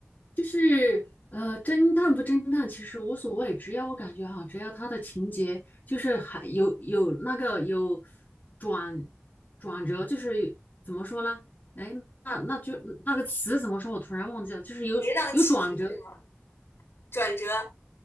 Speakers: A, on the left; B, on the left.
A: 就是呃侦探不侦探其实无所谓，只要我感觉哈，只要他的情节就是还有有那个有转转折，就是怎么说呢？哎，那那就那个词怎么说？我突然忘记了，就是有有转折。
B: 跌宕起伏是吗？转折。